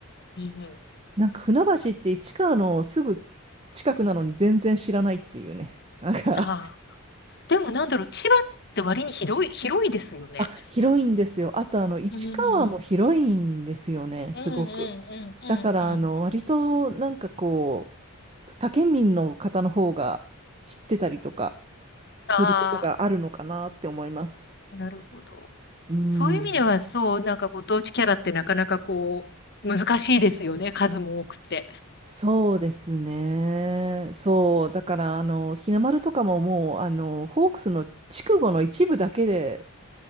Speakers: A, on the left; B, on the right.
A: うんうん。
B: なんか船橋って市川のすぐ近くなのに全然知らないっていうね。なんか
A: ああ。でもなんだろう、千葉って割に広い、広いですよね。
B: <laughs> あ、広いんですよ。あとあの、市川も広いんですよね、
A: うんうん。
B: すごく。
A: うんうんうんうんうん。
B: だからあの、割となんかこう、他県民の方の方が知ってたりとかすることがあるのかなって思います。
A: ああ、なるほど。
B: うん。
A: そういう意味では、そう、なんかご当地キャラってなかなかこう、難しいですよね。数も多くて。
B: そうですね。そう。だから、あの、日の丸とかももう、あの、ホークスの筑後の一部だけで、